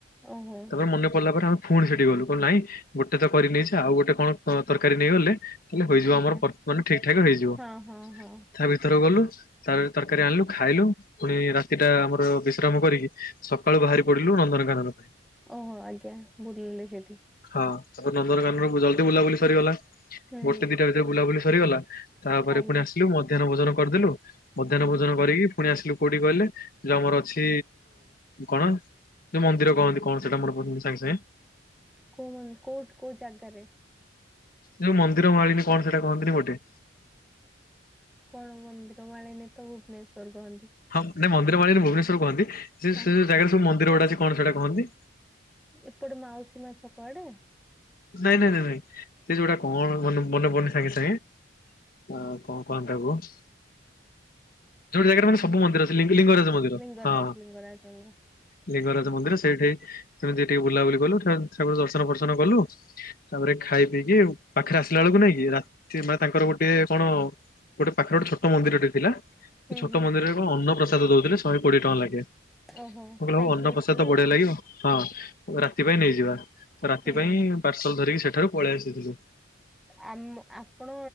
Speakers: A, in the centre; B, on the left (about 45°).
A: ଓହୋ।
B: ତାପରେ ମନେ ପଡିଲା ପରେ ଆମେ ପୁଣି ସେଠିକି ଗଲୁ କହିଲୁ ନାଇଁ ଗୋଟେତ କରି ନେଇଛେ ଆଉ ଗୋଟେ କଣ ତରକାରୀ ନେଇ ଗଲେ ତାଲେ ହୋଇଯିବ
A: ଆଜ୍ଞା
B: ଆମର ପର ମାନେ ଠିକ ଠାକ ହେଇଯିବ
A: ହଁ ହଁ ହଁ
B: ତା ଭିତରୁ ଗଲୁ ତାପ ରେ ତରକାରୀ ଆଣିଲୁ ଖାଇଲୁ। ପୁଣି ରାତିଟା ଆମର ବିଶ୍ରାମ କରିକି ସକାଳୁ ବାହାରି ପଡିଲୁ ନନ୍ଦନକାନନ।
A: ଓହୋ ଆଜ୍ଞା ବୁଲିଲି ସେଠି।
B: ହଁ ତାପରେ ନନ୍ଦନକାନରୁ ଜଲଦି ବୁଲାବୁଲି ସରିଗଲା
A: ହୁଁ
B: ଗୋଟେ ଦିଟା ଭିତରେ ବୁଲାବୁଲି ସରିଗଲା। ତାହାପରେ
A: ଖାଇଲେ
B: ପୁଣି ଆସିଲୁ ମଧ୍ୟାହ୍ନ ଭୋଜନ କରିଦେଲୁ ମଧ୍ୟାହ୍ନ
A: ହୁଁ
B: ଭୋଜନ କରିକି ପୁଣି ଆସିଲୁ କୋଉଠିକି କହିଲେ ଯଉ ଆମର ଅଛି କଣ ପ ଯୋଉ ମନ୍ଦିର କହନ୍ତି କଣ ସେଟା ମନେ ପଡୁନି ସାଙ୍ଗେ ସାଙ୍ଗେ
A: କଉ ମନ୍ଦି କଉଠ କଉ ଜାଗାରେ?
B: ଯୋଉ ମନ୍ଦିର ମାଳିନୀ କଣ ସେଟା କହନ୍ତିି ଗୋଟେ
A: କଣ ମନ୍ଦିର ମାଳିନୀ ତ ଭୁବନେଶ୍ଵର କୁହନ୍ତି।
B: ହଁ ମୁଁ ନାଇ ମନ୍ଦିର ମାଳିନୀ ଭୁବନେଶ୍ୱର କହନ୍ତି ଯେ
A: ହଁ
B: ସେ ଜାଗାରେ ସବୁ ମନ୍ଦିର ଗୁଡା ଅଛି କଣ ସେଇଟା କହନ୍ତି।
A: ଏପଟେ ମାଉସୀ ମା ଛକଆଡେ?
B: ନାଇଁ ନାଇଁ ନାଇଁ ନାଇଁ ସେ ଯୋଉଟା କଣ ମ ମନେ ପଡୁନି ସାଙ୍ଗେ ସାଙ୍ଗେ। ହଁ କଣ କହନ୍ତା କୁ ଯୋଟ ଜାଗାରେ ମାନେ ସବୁ ମନ୍ଦିର ଅଛି ଲିଙ୍ଗ ଲିଙ୍ଗରାଜ ମନ୍ଦିର
A: ଲିଙ୍ଗରାଜ
B: ହଁ
A: ଲିଙ୍ଗରାଜ ମନ୍ଦିର।
B: ଲିଙ୍ଗରାଜ ମନ୍ଦିର ସେଇଠି ସେମିତି ଟିକେ ବୁଲାବୁଲି କଲୁ ଠାକୁର ଦର୍ଶ ଦର୍ଶନ ଫର୍ସନ କଲୁ ତାପରେ ଖାଇ ପିଇକି ପାଖରେ ଆସିଲା ବେଳକୁ ନାଇଁକି ରା ସେ ମା ତାଙ୍କର ଗୋଟେ କଣ ଗୋଟେ ପାଖରେ ଗୋଟେ ଛୋଟ ମନ୍ଦିରଟେ ଥିଲା ସେ
A: ହୁଁ
B: ଛୋଟ
A: ହୁଁ।
B: ମନ୍ଦିରରେ କଣ ଅନ୍ନପ୍ରସାଦ ଦଉଥିଲେ ଶହେ କୋଡିଏ ଟଙ୍କା ଲାଖେ ମୁଁ
A: ଓହୋ
B: କହିଲି
A: ଖାଇକି
B: ହଉ ଅନ୍ନପସାଦ
A: ଆସିଲେ
B: ତ ବଢିଆ
A: ଆଉ
B: ଲାଗିବ। ହଁ ରାତି ପାଇଁ ନେଇଯିବା ତ ରାତି
A: ହୁଁ।
B: ପାଇଁ ପାର୍ସଲ ଧରିକି ସେଠାରୁ ପଳେଇ ଆସିଥିଲୁ।
A: ଆମ ଆପଣ